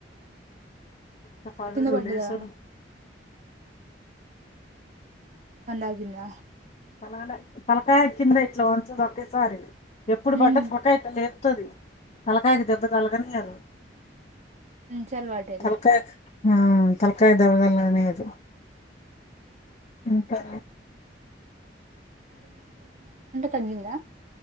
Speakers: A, on the left (about 35°); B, on the right (about 40°).
A: సకళ
B: కింద
A: ఢోలే
B: పడ్డదా
A: స
B: ఆగింద
A: పల పలకాయ కింద ఇట్లా పన్కోంది ఒకేసారి ఎప్పుడు
B: ఉమ్
A: పడ్డ త్వకాత లేవు స్తుది కలకాగి దెబ్బ కలకని అది
B: చల్వాడేలే
A: తలకాయ ఆ తలకాయ దెబతలకాయ లేదు అకా
B: తగ్గింద